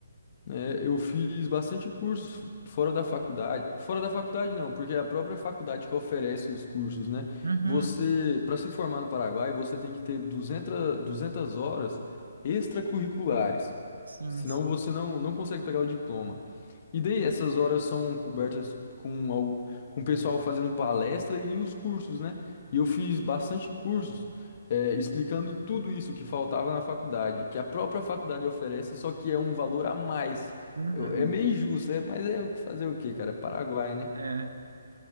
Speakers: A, on the left; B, on the right.
A: É, eu fiz bastante cursos fora da faculdade. Fora da faculdade, não, porque é a própria faculdade que oferece os cursos, né?
B: Uhum,
A: Você, para se formar no Paraguai, você tem que ter duzentas duzentas horas extracurriculares.
B: sim,
A: Senão
B: sim.
A: você não, não consegue pegar o diploma. E daí essas horas são cobertas com, al- com o pessoal fazendo palestra e os cursos, né? E eu fiz bastante cursos, é, explicando tudo isso que faltava na faculdade, que a própria faculdade oferece, só que é um valor a mais.
B: Uhum.
A: Eu- é meio injusto, é, mas é fazer o quê, cara? É Paraguai, né?
B: É,